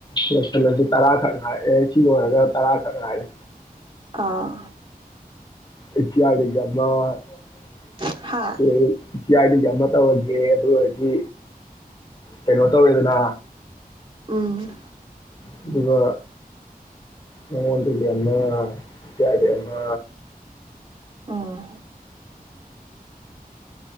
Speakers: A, on the left (about 25°); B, on the right (about 35°).
A: ꯂꯣꯏꯁꯜꯂꯁꯦ ꯇꯔꯥ ꯈꯛꯉꯥꯏꯔꯦ ꯁꯤ ꯂꯣꯏꯔꯒ ꯇꯔꯥ ꯈꯛ ꯉꯥꯏꯔꯦ
B: ꯑꯥ
A: ꯑꯩꯆꯤ ꯑꯥꯏꯗꯒ ꯑꯃꯆꯤ
B: ꯍꯥ
A: ꯑꯥꯏꯗ ꯑꯃ ꯇꯧꯔꯒꯦ ꯑꯗꯨ ꯑꯣꯏꯔꯗꯤ ꯀꯩꯅꯣ ꯇꯧꯋꯦꯗꯅ
B: ꯎꯝ
A: ꯑꯗꯨꯒ ꯃꯉꯣꯟꯗꯩ ꯑꯃ ꯏꯆꯦꯌꯥꯏꯗ ꯑꯃ
B: ꯑꯣ